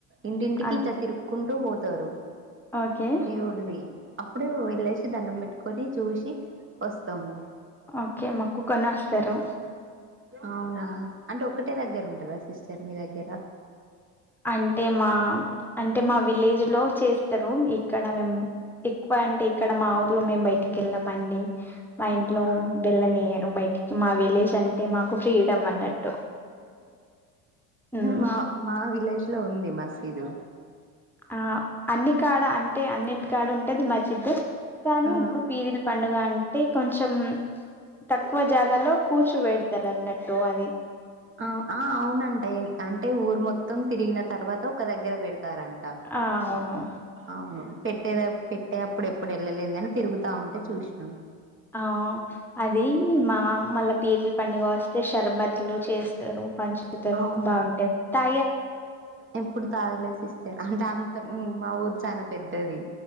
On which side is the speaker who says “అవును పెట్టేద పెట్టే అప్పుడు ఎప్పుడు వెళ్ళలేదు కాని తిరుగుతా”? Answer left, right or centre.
Right